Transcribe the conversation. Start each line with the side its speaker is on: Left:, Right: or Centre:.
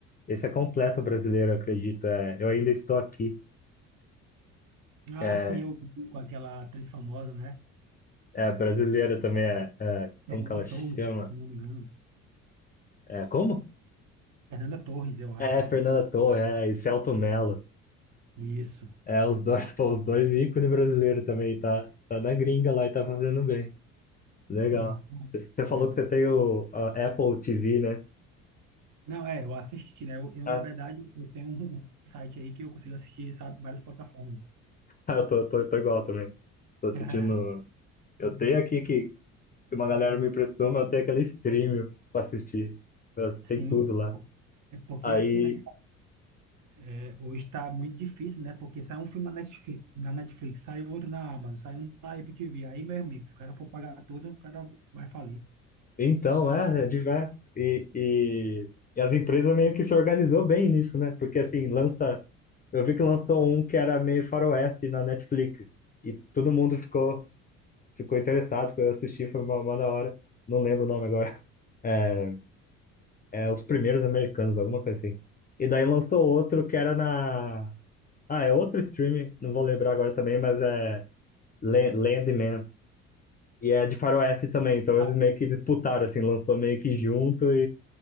Left: Esse é completo brasileiro, acredito. É, Eu Ainda Estou Aqui.
Right: Ah,
Left: É,
Right: sim, eu vi com aquela atriz famosa, né?
Left: É, a brasileira também é, é,
Right: Fernanda
Left: como que ela
Right: Torres,
Left: chama?
Right: se eu não me engano.
Left: É, como?
Right: Fernanda Torres, eu acho,
Left: É,
Right: né?
Left: Fernanda Torre, é, e Selton Mello.
Right: Isso.
Left: É, os dois, <laughs> pô, os dois ícones brasileiros também, tá, tá na gringa lá e tá fazendo bem. Legal.
Right: Hum,
Left: Você falou
Right: né?
Left: que você tem o a Apple TV, né?
Right: Não, é, eu assisti, né? Eu, eu,
Left: Ah,
Right: na verdade, eu tenho um um site aí que eu consigo assistir, sabe, várias plataformas.
Left: <laughs> eu tô, tô, tô igual também. Tô assistindo.
Right: <laughs>
Left: Eu tenho aqui que, que uma galera me emprestou, mas eu tenho aquele stream pra assistir. Eu-
Right: Sim,
Left: Tem tudo lá.
Right: é porque
Left: Aí
Right: assim, né? é, Hoje tá muito difícil, né? Porque sai um filme na Netflix, na Netflix, sai outro na Amazon, sai um na Apple TV. Aí, meu amigo, se o cara for pagar tudo, o cara vai falir.
Left: Então, é, diverso. E, e, e as empresas meio que se organizou bem nisso, né? Porque assim, lança. Eu vi que lançou um que era meio faroeste na Netflix. E todo mundo ficou, ficou interessado, foi assistir, foi uma, uma da hora. Não lembro o nome agora. É, é Os Primeiros Americanos, alguma coisa assim. E daí lançou outro que era na. Ah, é outro streaming, não vou lembrar agora também, mas é La- Landman. E é de Faroeste também, então
Right: Ah,
Left: eles meio que disputaram, assim, lançou meio que junto